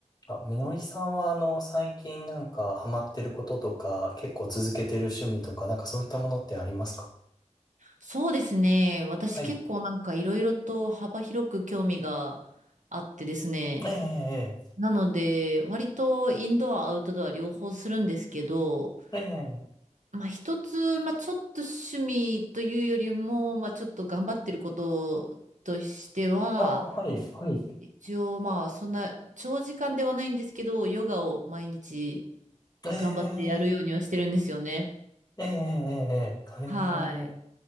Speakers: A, on the left (about 35°); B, on the right (about 80°).
A: あ、みのりさんはあの、最近なんかハマってることとか、結構続けてる趣味とか、なんかそういったものってありますか
B: そうですね。私結構なんかいろいろと幅広く興味があってですね。
A: はい。ええ、
B: なので、割とインドア、アウトドア両方するんですけど、
A: ええ、ええ、
B: まあ一つ、まあちょっと趣味というよりも、まあちょっと頑張ってることとしては、
A: ああ、はい、はい。
B: 一応まあそんな長時間ではないんですけど、ヨガを毎日
A: え
B: 頑張ってやるようにはしてるんですよね。
A: え、ええ、ええ、ええ、ええ
B: はい。